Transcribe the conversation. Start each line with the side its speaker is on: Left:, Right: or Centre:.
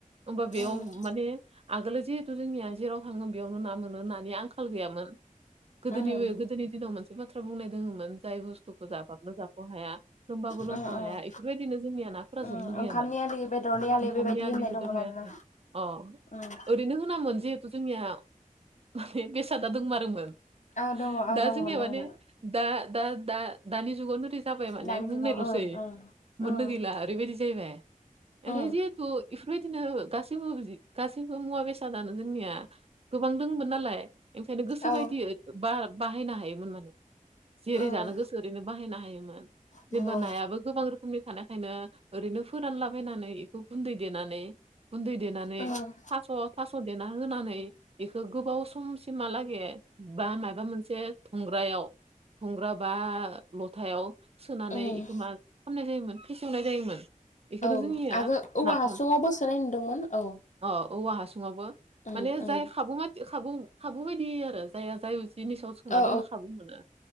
Right: ओमबा बेयाव
Left: ओम
Right: माने आगोलो जिहेथु जोंनिया जेराव थाङो बेयावनो ना मोनो नानि आंखाल गैयामोन। गोदोनिवो
Left: ओम
Right: गोदोनि दिनाव मोनसे बाथ्रा बुंनाय दोङोमोन। जाय बुस्थुखो जाबानो जाख' हाया। लोंबाबो लोंख'
Left: ओम
Right: हाया इफोरबायदिनो जोंनिया नाफोरा
Left: ओम
Right: जोबनो गैयामोन।
Left: ओंखामनि आलि बेदरनि आलि
Right: ओंखामनि
Left: बेबायदि
Right: आलि
Left: होननाय
Right: बेदरनि
Left: दंमोन आरोना
Right: आखाय अ
Left: ओम
Right: ओरैनो होनामोन जिहेथु जोंनिया माने बेसादा दोंमा मोन
Left: औ दङ औ
Right: दा
Left: दंमोन
Right: जोंनिया माने
Left: दंमोन
Right: दा-दा-दा-दानि जुगावनो जाबाय माने
Left: दानि जुगाव
Right: बुंनायल'सै
Left: ओं ओं
Right: मोननो गैला ओरैबायदि जाहैबाय। एफ्राय
Left: ओं
Right: जिहेथु इफोरबायदिनो गासैबो बिदि गासैबो मुवा बेसादानो जोंनिया गोबां दोंमोन नालाय, ओंखायनो गोसो
Left: औ
Right: बायदि बा बाहायनो हायोमोन माने। जेरै
Left: ओं
Right: जानो गोसो ओरैनो बाहायनो हायोमोन।
Left: नंगौ
Right: जेनबा नायाबो गोबां रोखोमनि थानायखायनो ओरैनो फोरानलाबायनानै इखो गुन्दै देनानै गुन्दै देनानै
Left: ओं
Right: थास' थास' देना होनानै बेखो गोबाव समसिमालागे बा मायबा मोनसे धंग्रायाव धंग्रा बा लथायाव सोनानै
Left: ओम
Right: इखो मा खामनाय जायोमोन फेसेवनाय जायोमोन। बेखौनो
Left: औ
Right: जोंनिया
Left: आगो औवा
Right: नाफाम
Left: हासुङावबो सोनाय नुदोंमोन। औ
Right: अ औवा हासुङावबो
Left: ओम
Right: माने
Left: ओम
Right: जाय खाबु बादि खाबु खाबु बायदि आरो। जाया जाय जिनिसाव सोना
Left: औ
Right: दोननो खाबु मोनो